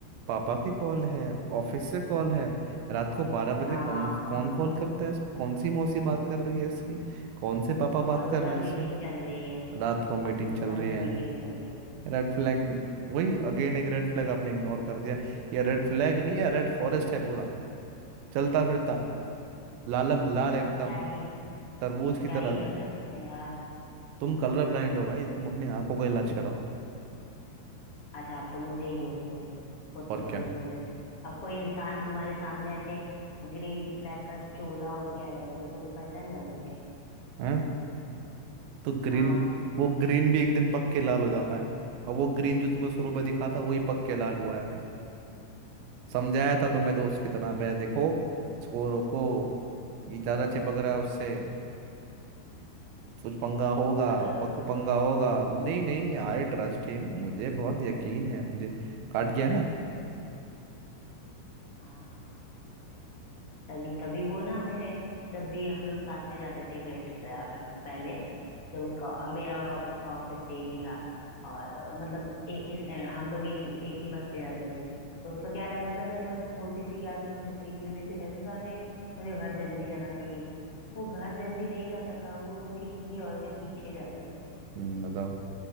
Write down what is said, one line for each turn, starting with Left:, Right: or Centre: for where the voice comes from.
Right: पापा की कॉल है ऑफिस से कॉल है रात को बारह बजे
Left: हाँ
Right: कौन कौन कॉल करता है कौन सी मौसी बात कर रही है इसकी कौन से पापा
Left: बोलता
Right: बात कर रहे
Left: था
Right: हैं
Left: मीटिंग
Right: इसके
Left: चल रही है
Right: रात को मीटिंग
Left: बोलता
Right: चल
Left: था
Right: रही
Left: मीटिंग
Right: है
Left: चल रही है
Right: Red flag वही अगेन एक रेड फ्लैग आपने इग्नोर कर दिया ये रेड फ्लैग नहीं है रेड फॉरेस्ट है पूरा चलता फिरता लालम लाल एकदम
Left: अब क्या ही
Right: तरबूज की
Left: क्या
Right: तरह
Left: ही कर सकते हैं यार
Right: तुम कलर ब्लाइंड हो भाई तुम अपनी आंखों का इलाज कराओ
Left: अच्छा आप तो मुझे ही दोष दोगे खुद
Right: और
Left: तो कभी बोला नहीं अब कोई इंसान तुम्हारे सामने ऐसे ग्रीन फ्लैग का चोला ओढ़ के आ जाएगा तो तुम पहचान जाओगे क्या
Right: क्या तो ग्रीन
Left: हाँ
Right: वो ग्रीन भी एक दिन पक के लाल हो जाता है और वो ग्रीन जो तुम्हें शुरू में दिखा था वही पक के लाल हुआ है अभी समझाया था तुम्हें दोस्त की तरह पे देखो इसको रोको ये ज्यादा चिपक रहा है उससे कुछ पंगा होगा
Left: हाँ तो
Right: पक पंगा होगा तो नहीं नहीं आई ट्रस्ट हिम मुझे बहुत यकीन है मुझे काट गया ना
Left: हाँ तभी तभी वो ना मेरे जब भी हम लोग साथ में जाते थे ग्रेड पहले जब उसका मेरा और उसका ऑफिस सेम ही था और अ, मतलब एक ही अ, हम लोग एक, ही- एक ही बस से जाते थे तो उसका क्या रहता था जब मैं उसको बोलती थी कि आज तुम रुके क्यों नहीं तो कहता था अरे मुझे घर जल्दी जाना था ये वो वो घर जल्दी नहीं जाता था वो बल्कि किसी और के पीछे जाता था
Right: हम्म, बताओ